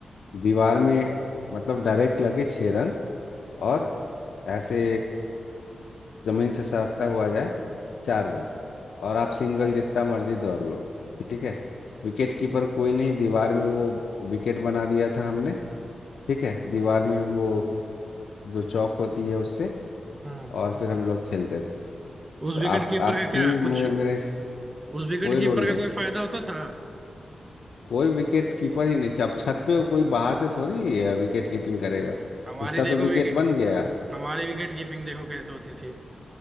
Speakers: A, on the left; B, on the right.
A: दीवार में मतलब डायरेक्ट लगे छः रन और ऐसे जमीन से सरकता हुआ जाए चार रन और आप सिंगल जितना मर्जी दौड़ लो ठीक है विकेट कीपर कोई नहीं दीवार में वो विकेट बना दिया था हमने ठीक है दीवार में वो जो चौक होती है उससे
B: हम्म
A: और फिर हम लोग खेलते थे
B: उस
A: तो
B: विकेट
A: आप
B: कीपर
A: आप
B: का
A: भी
B: क्या
A: मुझे
B: कुछ
A: मेरे
B: उस विकेट
A: कोई
B: कीपर
A: रोल
B: का
A: नहीं
B: कोई फायदा होता था
A: कोई विकेट कीपर ही नहीं अब छत पे हो कोई बाहर से थोड़ी अ, विकेट कीपिंग करेगा
B: हमारी
A: उसका
B: देखो
A: तो विकेट
B: विकेट
A: बन गया
B: हमारी विकेट कीपिंग देखो कैसे होती थी